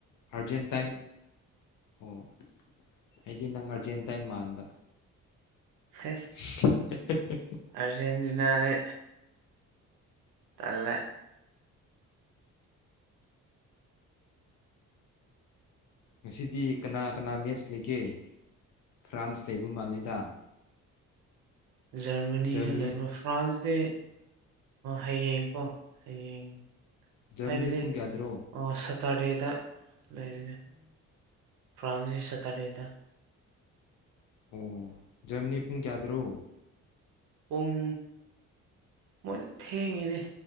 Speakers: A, on the left; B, on the right.
A: ꯑꯥꯔꯖꯦꯟꯇꯥꯏꯟ ꯑꯣ ꯑꯩꯗꯤ ꯅꯪ ꯑꯥꯔꯖꯦꯟꯇꯥꯏꯟ ꯃꯥꯟꯕ
B: <unintelligible>
A: <unintelligible>
B: ꯑꯔꯖꯦꯟꯇꯤꯅꯥꯅꯤ ꯇꯜꯂꯦ
A: ꯉꯁꯤꯗꯤ ꯀꯅꯥ ꯀꯅꯥ ꯃꯦꯠꯆ ꯂꯩꯒꯦ ꯐ꯭ꯔꯥꯟꯁ ꯂꯩꯕ ꯃꯥꯜꯂꯦꯗ
B: ꯖꯔꯃꯅꯤꯖꯨ
A: ꯖꯔꯃꯅꯤ
B: ꯂꯩꯕꯥ ꯐ꯭ꯔꯥꯟꯁꯇꯤ ꯍꯌꯦꯡꯀꯣ ꯍꯌꯦꯡ
A: ꯖꯔꯃꯅꯤ
B: ꯍꯥꯏꯕꯗꯤ
A: ꯄꯨꯡ ꯀꯌꯥꯗ꯭ꯔꯣ
B: ꯑꯣ ꯁꯇꯔꯗꯦꯗ ꯂꯩꯕꯅꯦ ꯐ꯭ꯔꯥꯟꯁꯒꯤ ꯁꯇꯔꯗꯦꯗꯥ
A: ꯑꯣ ꯖꯔꯝꯅꯤ ꯄꯨꯡ ꯀꯌꯥꯗ꯭ꯔꯣ
B: ꯄꯨꯡ ꯃꯣꯏꯅ ꯊꯦꯡꯉꯤꯅꯦ